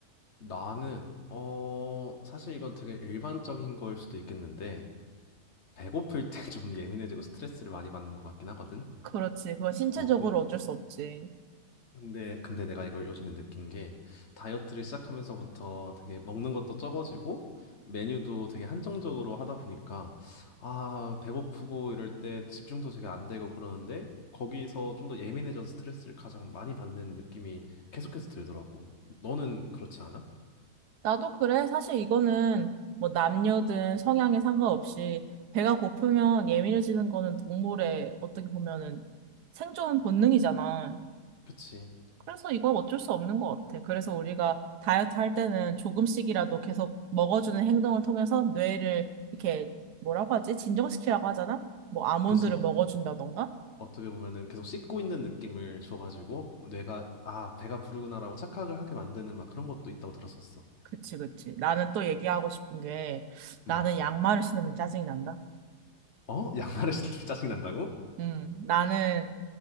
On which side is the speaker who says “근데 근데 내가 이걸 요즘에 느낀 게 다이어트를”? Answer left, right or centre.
Left